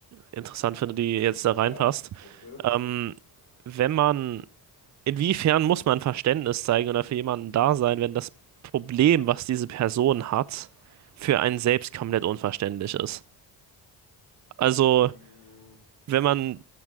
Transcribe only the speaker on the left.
Ja,
erzähl.
Mhm.